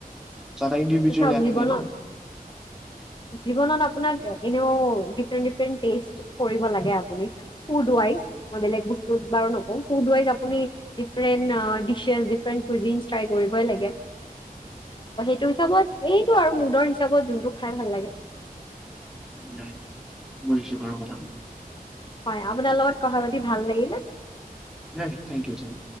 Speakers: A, in the centre; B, on the left.
A: চ' এটা ইণ্ডিভিজুৱেল
B: চাওক
A: এয়া
B: জীৱনত
A: থাকে ন
B: জীৱনত আপোনাক এনেও ডিফৰেন্ট ডিফন্ট টেষ্ট কৰিব লাগে আপুনি ফুড ৱাইজ, মই বেলেগ বস্তুত বাৰু নকওঁ। ফুড ৱাইজ আপুনি different dishes, different cuisine try কৰিবই লাগে সটো হিচাপত, এইটো আৰু মুদৰ হিচাপত যোনটো খাই ভাল লাগে
A: সেয়াই বুজিছো বাৰু কথাটো।
B: হয় আপোনাৰ লগত কথা পাতি ভাল লাগিলে
A: নাই থেংক ইউ থেংক ইউ